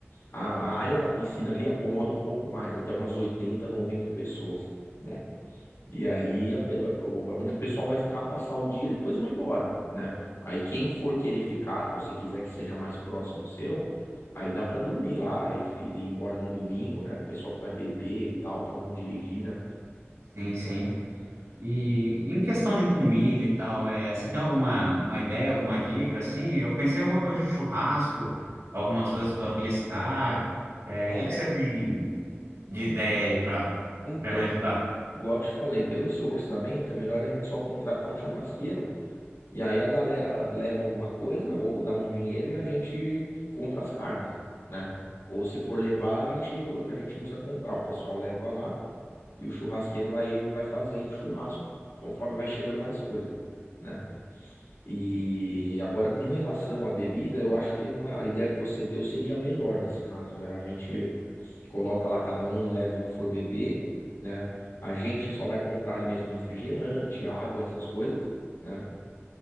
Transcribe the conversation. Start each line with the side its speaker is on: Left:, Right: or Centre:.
Left: A a área da piscina ali acomoda um pouco mais, até umas 80 90 pessoas, né? E aí a, pe- o- é onde o pessoal vai ficar, passar o dia e depois vão embora, né? Aí quem for querer ficar, que você quiser que seja mais próximo seu, aí dá para dormir lá e, f- e ir embora no domingo, né? Pessoal que vai beber e tal, para não dirigir, né?
Right: Sim,
Left: Então,
Right: sim. E
Left: en-
Right: em questão de comida e tal, é, você tem alguma uma ideia, alguma dica assim? Eu pensei em alguma coisa de churrasco, algumas
Left: en-
Right: coisas para beliscar. É,
Left: é,
Right: o que que você tem de
Left: en-
Right: ideia aí para
Left: então.
Right: para me ajudar?
Left: Igual eu te falei, pelo seu orçamento, é melhor a gente só contratar um churrasqueiro e aí a galera leva alguma coisa ou dá um dinheiro e a gente compra as carnes, né? Ou se for levar, a gente, a gente não precisa comprar, o pessoal leva lá e o churrasqueiro vai, vai fazendo churrasco conforme vai chegando mais coisa, né? E agora com relação à bebida, eu acho que é uma, a ideia que você deu seria a melhor nesse caso, né? A gente Coloca lá, cada um leva o que for beber, né? A gente só vai comprar ali mesmo refrigerante, água, essas coisas, né?